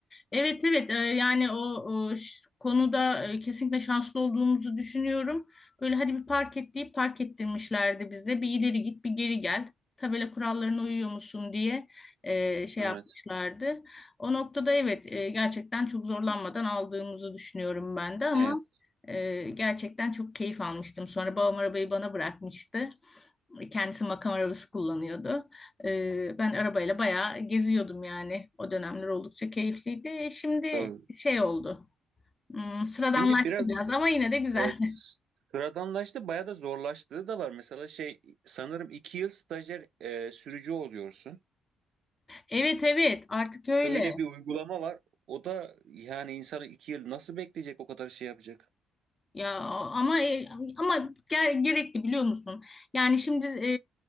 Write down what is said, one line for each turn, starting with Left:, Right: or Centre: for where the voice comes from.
Left: Evet evet e, yani o, o ş- konuda e, kesinlikle şanslı olduğumuzu düşünüyorum. Böyle hadi bir park et deyip park ettirmişlerdi bize. Bir ileri git bir geri gel. Tabela kurallarına uyuyor musun diye e, şey
Right: Evet.
Left: yapmışlardı. O noktada evet e, gerçekten çok zorlanmadan aldığımızı düşünüyorum ben de ama
Right: Evet
Left: e, gerçekten çok keyif almıştım. Sonra babam arabayı bana bırakmıştı. Kendisi makam arabası kullanıyordu. Ee, ben arabayla bayağı geziyordum yani. O dönemler oldukça keyifliydi. Şimdi
Right: doğru.
Left: şey oldu. Hmm, sıradanlaştı
Right: Şimdi biraz
Left: biraz ama yine de güzel.
Right: evet,
Left: <laughs>
Right: sıradanlaştı bayağı da zorlaştığı da var. Mesela şey sanırım iki yıl stajyer e, sürücü oluyorsun.
Left: Evet evet artık öyle.
Right: Öyle bir uygulama var. O da yani insanı iki yıl nasıl bekleyecek o kadar şey yapacak?
Left: Ya ama e, ama ger- gerekli biliyor musun? Yani şimdi e,